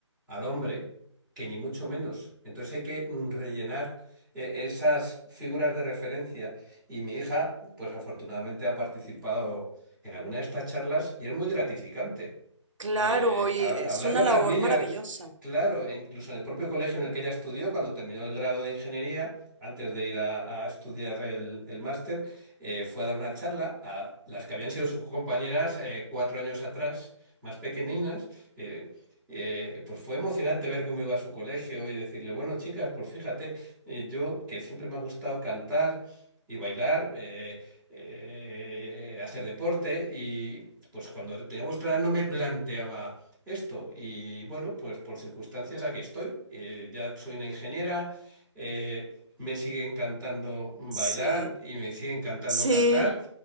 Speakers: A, in the centre; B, on the right.
A: al hombre, que ni mucho menos. Entonces hay que mm, rellenar eh, esas figuras de referencia. Y mi hija, pues afortunadamente ha participado en alguna de estas charlas y es muy gratificante.
B: Claro,
A: Eh,
B: y
A: a-
B: es
A: hablarle
B: una
A: a las
B: labor
A: niñas,
B: maravillosa.
A: claro, e incluso en el propio colegio en el que ella estudió, cuando terminó el grado de ingeniería, antes de ir a, a estudiar el, el máster, eh, fue a dar una charla a las que habían sido sus compañeras eh, cuatro años atrás, más pequeñinas. eh, eh, pues fue emocionante ver cómo iba a su colegio y decirle, bueno, chicas, pues fíjate, eh, yo que siempre me ha gustado cantar y bailar, eh, eh, hacer deporte y pues cuando tenía vuestra edad no me planteaba esto y bueno, pues por circunstancias aquí estoy, Eh, ya soy una ingeniera, eh, me sigue encantando bailar
B: Sí,
A: y me sigue encantando
B: sí,
A: cantar.